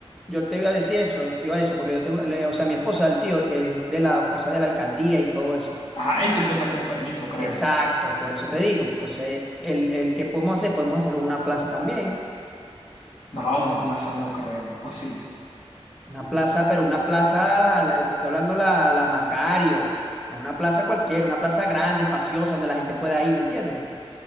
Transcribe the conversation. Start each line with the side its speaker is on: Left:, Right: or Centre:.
Centre: yo te iba a decir eso, iba a decir eso, porque yo tengo, le- o sea, mi esposa, el tío, es de las cosas de la alcaldía y todo eso.
Left: Ajá, eso hay que sacar un permiso, creo.
Centre: Exacto, por eso te digo. Entonces, el, el que podemos hacer, podemos hacerlo en una plaza también,
Left: No, una plaza no creo. O sí.
Centre: una plaza, pero una plaza, la, te estoy hablando la, la Macario, no una plaza cualquiera, una plaza grande, espaciosa, donde la gente pueda ir, ¿me entiendes?